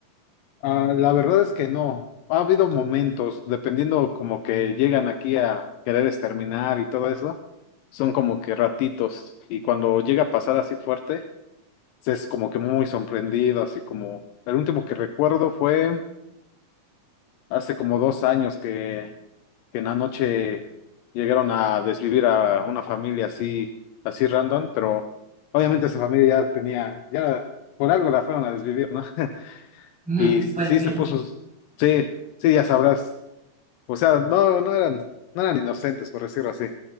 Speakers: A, on the left; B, in the centre.
A: ah, la verdad es que no. Ha habido momentos, dependiendo como que llegan aquí a querer exterminar y todo eso, son como que ratitos. Y cuando llega a pasar así fuerte, es como que muy sorprendido, así como... El último que recuerdo fue... hace como dos años que, que en la noche llegaron a desvivir a una familia así, así random, pero obviamente esa familia ya tenía, ya por algo la fueron a desvivir, ¿no? <laughs>
B: Ujú,
A: Y sí
B: Pues sí.
A: se puso, sí, sí, ya sabrás. O sea, no, no eran, no eran inocentes, por decirlo así.